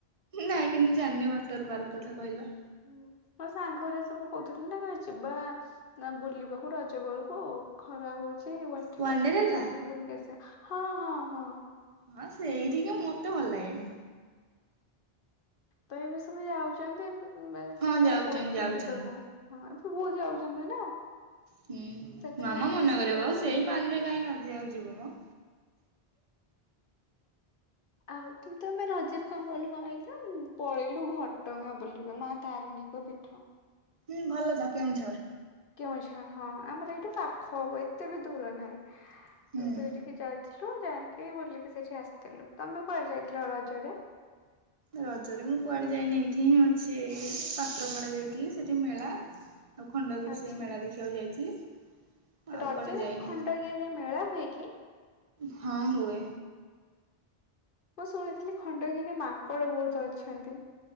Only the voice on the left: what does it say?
ହୁଁ, ମୋ ସାଙ୍ଗରେ ସବୁ କହୁଥିଲି ନା ଯିବା। ନା ବୁଲିବାକୁ ରଜ ବେଳକୁ ଖରା ହଉଛି। ସେ ୱାଟର
ପାର୍କ ଟିକେ ଯାଇକି ବୁଲିକି ଆସିବା, ହଁ ହଁ ହଁ।
ତ ଏବେ ସବୁ ଯାଉଛନ୍ତି।
ସେ ସବୁ
କହୁଥିଲେ
ଯିବାକୁ, ହଁ ଏଠି ବହୁତ ଯାଉଛନ୍ତି ନା
ସେ କହିଲେ
ଆମେ
ଯିବାକୁ।
ଆଉ କିନ୍ତୁ ଆମେ ରଜରେ କଣ କଲୁ କଣ କହିଲୁ ପଳେଇଲୁ ଘଟଗାଁ ବୁଲିବେ ମା ତାରିଣୀ। ପୀଠ
କେଉଁଝର, ହଁ ଆମର ଏଇଠୁ ପାଖ ହବ ଏତେ ବି ଦୂର ନାହିଁ,
ତ ସେଇଠିକି ଯାଇ ଯାଇକି ବୁଲିକି ସେଇଠି ଆସିଥିଲୁ, ତମେ କୁହା ଯାଇଥିଲ ରଜରେ?
ଆଚ୍ଛା
ରଜରେ
ଖଣ୍ଡଗିରିରେ ମେଳା ହୁଏ କି?
ମୁଁ ଶୁଣିଥିଲି ଖଣ୍ଡଗିରିରେ ମାଙ୍କଡ଼ ବହୁତ ଅଛନ୍ତି।